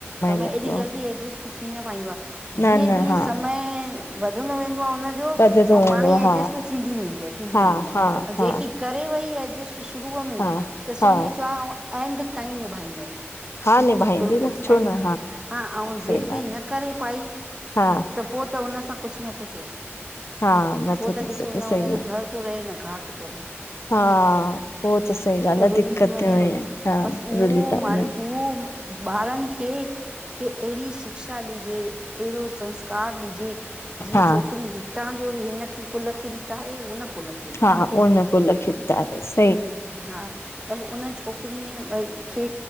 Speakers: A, on the right; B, on the left.
A: समय
B: लॻंदो
A: एॾी जल्दी
B: आ,
A: एडजस्ट थी न पाईंदो आ,
B: न
A: जीअं
B: न
A: जीअं
B: हा
A: समय वधंदो वेंदो उन जो अऊं
B: ॿधंदो वेंदो
A: पाण ही एडजस्ट
B: हा।
A: थींदी वेंदी आ थींदी
B: हा
A: वेंदी आ
B: हा
A: अऊ
B: हा
A: जेकी करे वेई एडजेस्ट त शुरूअ में,
B: हा
A: त
B: हा
A: समझ जा एंड ताईं निभाईंदय।
B: हा निभाईंदी
A: बिल्कुल
B: न
A: एंड
B: छो न
A: ताईं हा, अऊ
B: सही
A: जेकी
B: ॻाल्हि
A: न करे पाई त
B: आ हा
A: पो त उन सां कुछ नथो चई सघे।
B: हा नथो
A: पो त
B: थी
A: ॾिसो
B: सघे
A: न
B: सही
A: हुनजो
B: आ।
A: घर थो रहे न घाट थो रहे।
B: हा पो त सही ॻाल्हि
A: त
B: आ,
A: रुली
B: दिक्कत थी वञे
A: न बसि उहो
B: रुली था
A: माल
B: वञनि।
A: उहो ॿारनि खे कि अहिड़ी शिक्षा ॾिजे अहिड़ो संस्कार ॾिजे जीअं
B: हा
A: छोकिरी हितां जो बि हिन खे कुल खे बि तारे ऐं हुन कुल खे बि
B: हा
A: तारे
B: उन कुल खे बि तारेसि।
A: हा पर उन्हनि छोकिरियुनि ॿई खे